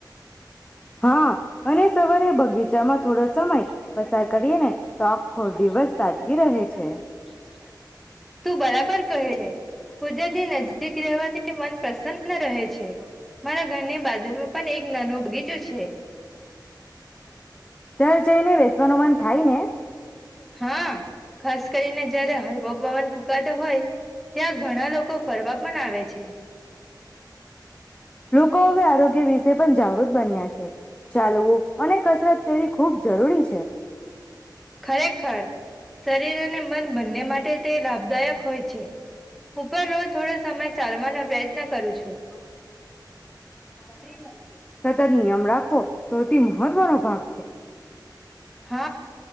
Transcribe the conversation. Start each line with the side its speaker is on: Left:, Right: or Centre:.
Left: હા
Centre: હા
Left: અને સવારે
Centre: <unintelligible>
Left: બગીચામાં થોડો સમય પસાર કરીએ ને તો આખો દિવસ તાજગી રહે છે.
Centre: તું બરાબર કહે છે કુદરતની નજીક રહેવાથી મન પ્રસન્ન રહે છે મારા ઘરની બાજુમાં પણ એક નાનો બગીચો છે
Left: ત્યાં જઈને બેસવાનું
Centre: <inaudible>
Left: મન થાય ને
Centre: હા ખાસ કરીને જયારે હળવો પવન ફૂકાતો હોય ત્યાં ઘણા લોકો ફરવા પણ આવે છે <unintelligible>
Left: લોકો
Centre: ખૂબ જરૂરી
Left: હવે આરોગ્ય વિશે પણ જાગૃત બન્યા છે. ચાલવું અને કસરત કરવી ખૂબ જરૂરી
Centre: છે ખરેખર શરીર અને મન બંને માટે તે લાભદાયક હોય છે હું પણ રોજ થોડો સમય ચાલવાનો પ્રયત્ન કરું છું સારી વાત છે
Left: સતત
Centre: સતત
Left: નિયમ રાખવો સૌથી
Centre: <unintelligible>
Left: મહત્વનો ભાગ
Centre: છે હા